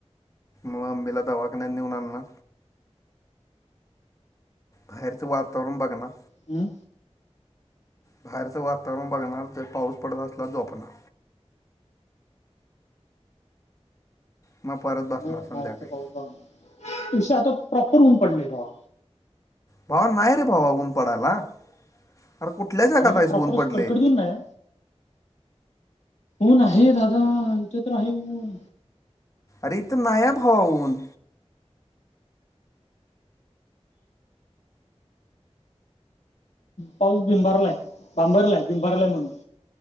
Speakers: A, on the left (about 30°); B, on the left (about 80°).
A: मम्मीला दवाखान्यात नेऊन आणणार. बाहेरच वातावरण बघणार.
B: हम्म.
A: बाहेरचं वातावरण बघणार. जर पाऊस पडत असला तर झोपणार. मग परत बसणार
B: बाहेरचा
A: संध्याकाळी
B: पाऊस बघणार. विषय प्रॉपर ऊन पडलय भावा.
A: भावा नाही रे भावा ऊन पडायला. अरे कुठल्या जगात
B: म्हणजे असं
A: आहेस
B: प्रॉपर
A: ऊन
B: असं
A: पडलेय?
B: कडकडत ऊन नाही ऊन आहे दादा. इथे तर आहे ऊन.
A: अरे इथे नाहीये भावा ऊन?
B: पाऊस भिंबारलाय. बांबरलाय भिंबारलाय म्हणलो.